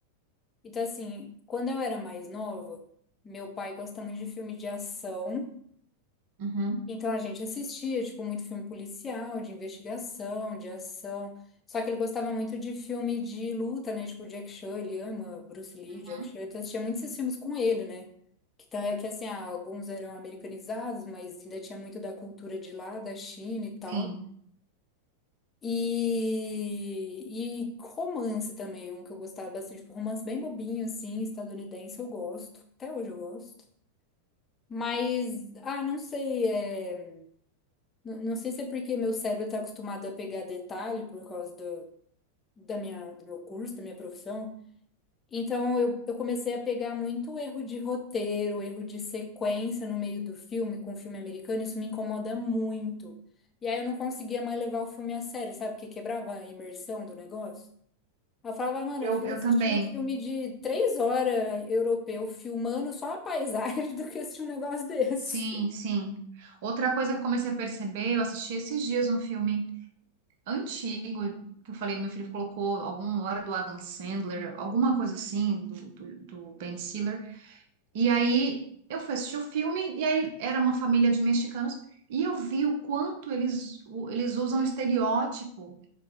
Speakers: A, on the left (about 20°); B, on the right (about 50°).
A: Então, assim, quando eu era mais nova, meu pai gosta muito de filme de ação.
B: Uhum.
A: Então a gente assistia, tipo, muito filme policial, de investigação, de ação. Só que ele gostava muito de filme de luta, né? Tipo, Jack Chan, ele ama Bruce Lee,
B: Uhum.
A: Jack Chan. Então eu assistia muitos esses filmes com ele, né? Que, tá, que assim, ah, alguns eram americanizados, mas ainda tinha muito da cultura de lá, da China e tal.
B: Sim.
A: E, e romance também, um que eu gostava bastante. Tipo, romance bem bobinho, assim, estadunidense, eu gosto. Até hoje eu gosto. Mas, ah, não sei, é. N- Não sei se é porque meu cérebro está acostumado a pegar detalhe por causa do, da minha, do meu curso, da minha profissão. Então eu, eu comecei a pegar muito erro de roteiro, erro de sequência no meio do filme, com o filme americano, isso me incomoda muito. E aí eu não conseguia mais levar o filme a sério, sabe? Porque quebrava a imersão do negócio. Eu falava, mano,
B: Eu,
A: eu prefiro
B: eu
A: assistir
B: também.
A: um filme de três horas europeu filmando só a paisagem <laughs> do que assistir um negócio desse.
B: Sim, sim. Outra coisa que eu comecei a perceber, eu assisti esses dias um filme antigo, que eu falei, meu filho colocou alguma hora do Adam Sandler, alguma coisa assim, do, do, do Ben Stiller. E aí eu fui assistir o filme, e aí era uma família de mexicanos, e eu vi o quanto eles, o- eles usam estereótipo